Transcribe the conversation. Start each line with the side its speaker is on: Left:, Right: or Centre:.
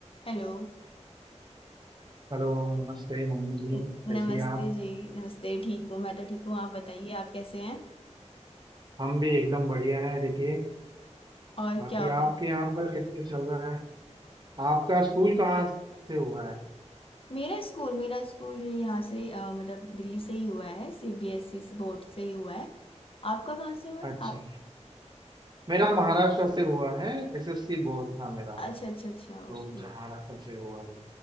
Left: हेलो
Right: Hello नमस्ते मोहन जी
Left: न-
Right: कैसी
Left: नमस्ते
Right: हैं आप
Left: जी नमस्ते ठीक हूँ मैं तो ठीक हूँ आप बताइए आप कैसे हैं
Right: हम भी एकदम बढ़िया हैं देखिए
Left: और
Right: बाकी
Left: क्या हो रहा
Right: आपके
Left: है
Right: यहाँ पर कैसे चल रहा है आपका स्कूल कहाँ से हुआ है
Left: मेरा स्कूल मेरा स्कूल ये यहाँ से अ, मतलब दिल्ली से ही हुआ है सीबीएसई बोर्ड से ही हुआ है आपका कहाँ से हुआ है
Right: अच्छा
Left: आप
Right: मेरा महाराष्ट्र से हुआ है एसएससी बोर्ड था मेरा
Left: अच्छा अच्छा अच्छा
Right: तो
Left: ओके
Right: महाराष्ट्र से हुआ है